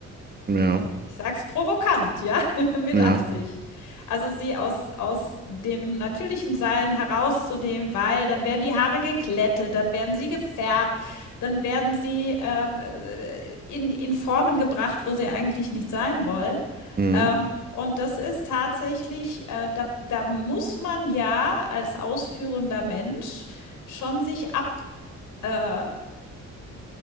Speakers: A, on the right (about 30°); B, on the left (about 80°).
A: ja,
B: ich sag's provokant, ja, <laughs> mit
A: ja,
B: Absicht. Also sie aus, aus dem natürlichen Sein herauszunehmen, weil dann werden die Haare geglättet, dann werden sie gefärbt, dann werden sie äh, in, in Formen gebracht, wo sie eigentlich nicht sein wollen.
A: mhm.
B: Ähm, und das ist tatsächlich, äh, da, da muss man ja als ausführender Mensch schon sich abstumpfen.